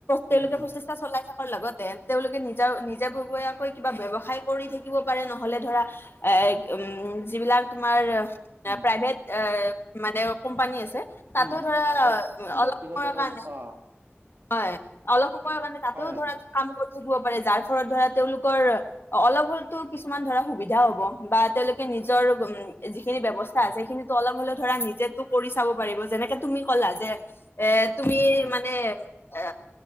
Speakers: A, on the left; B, on the right.
A: তেওঁলোকে
B: উম উম
A: প্ৰচেষ্টা চলাই থকাৰ লগতে তেওঁলোকে নিজা নিজাববীয়াকৈ কিবা ব্যৱ ব্যৱসায় কৰি থাকিব পাৰে, নহ'লে ধৰা আ উম' যিবিলাক তোমাৰ দা
B: উম
A: প্ৰাইভেট এ মানে কোম্পানী আছে। তাতো
B: উম
A: ধৰা
B: প্ৰাইভেট
A: অলপ
B: ব্যক্তিগত
A: সময়ৰ
B: কম
A: কাৰণে।
B: অ
A: হয়, অলপ সময়ৰ কাৰণে তাতেও
B: হয় হয়
A: ধৰা কাম কৰি থাকিব পাৰে, যাৰ ফলত ধৰা তেওঁলোকৰ অ' অলপ হ'লতো কিছুমান ধৰা সুবিধাও হ'ব, বা তেওঁলোকে নিজৰ উম' যিখিনি ব্যৱস্থা চা সেইখিনিতো অলপ হ'লে ধৰা নিজেতো কৰি চাব পাৰিব, যেনেকে তুমি ক'লা যে এ তুমি
B: উম উম
A: মানে এ